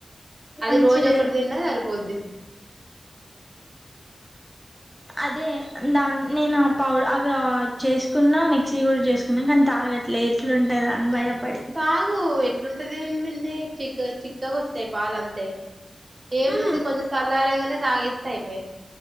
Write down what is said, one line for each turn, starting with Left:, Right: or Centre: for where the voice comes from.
Right: అది
Centre: మంచిది
Right: రోజు ఒకటి తిన్న సరిపోద్ది <inaudible>
Centre: అదే దాన్ని నేను ఆ ప అవి చేసుకున్న మిక్సీ కూడా చేసుకున. నుకని తాగట్లే ఎట్లుంటద అని భయపడి
Right: తాగు ఎట్లుంటది ఏంది చిక్క చిక్కగా వస్తయి పాలంతే ఏముంది
Centre: ఉహు
Right: కొంచెం సల్లారంగనే తాగెస్తే అయిపోయె